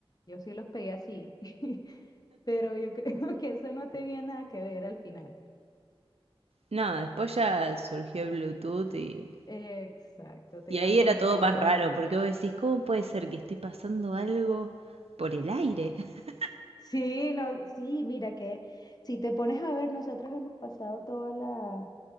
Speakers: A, on the left; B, on the right.
A: Yo sí los pegué así. <laughs> Pero yo creo <laughs> que eso no tenía nada que ver al final.
B: No, después ya surgió el Bluetooth y
A: Exacto, te
B: Y
A: iba
B: ahí
A: a comentar
B: era todo más
A: lo
B: raro,
A: mismo.
B: porque vos decís, ¿cómo puede ser que estoy pasando algo por el aire? <laughs>
A: Sí, no, sí, mira que si te pones a ver, nosotros hemos pasado todas las